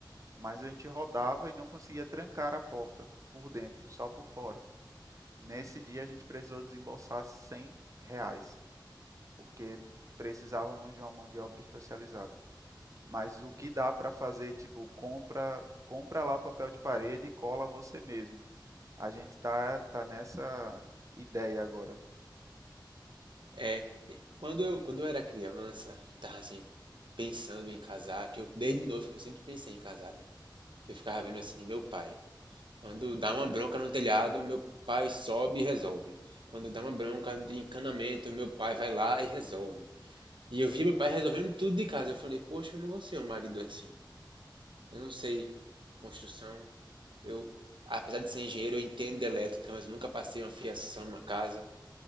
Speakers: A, on the right; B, on the right.
A: mas a gente rodava e não conseguia trancar a porta por dentro, só por fora. Nesse dia a gente precisou desembolsar 100 reais, porque precisávamos de uma mão de obra especializada. Mas o que dá para fazer, tipo, compra, compra lá o papel de parede e cola você mesmo. A gente tá, tá nessa ideia agora.
B: É, quando eu, quando eu era criança, eu tava assim, pensando em casar, que eu, desde novo, que eu sempre pensei em casar, né? Eu ficava vendo assim, meu pai, quando dá uma bronca no telhado, meu pai sobe e resolve. Quando dá uma bronca de encanamento, meu pai vai lá e resolve. E eu via meu pai resolvendo tudo de casa. Eu falei, poxa, eu não vou ser um marido assim. Eu não sei construção. Eu, apesar de ser engenheiro, eu entendo de elétrica, mas eu nunca passei uma fiação numa casa.